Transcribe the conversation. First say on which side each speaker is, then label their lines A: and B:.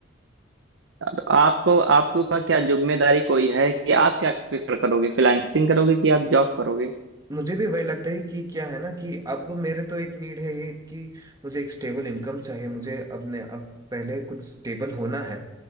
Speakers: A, on the right; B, on the right.
A: तो आपको आपके ऊपर क्या जिम्मेदारी कोई है कि आप क्या प्रेफर करोगे फ्रीलांसिंग करोगे कि आप जॉब करोगे
B: मुझे भी वही लगता है कि क्या है ना कि अब मेरे तो एक नीड है ये कि मुझे एक स्टेबल इनकम चाहिए मुझे अपने अब पहले कुछ स्टेबल होना है